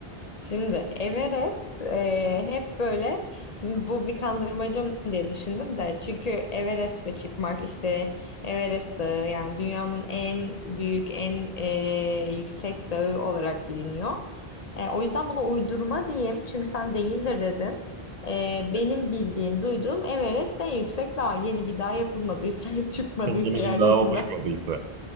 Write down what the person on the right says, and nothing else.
<laughs>
Yeni
bir dağ oluşmadıysa.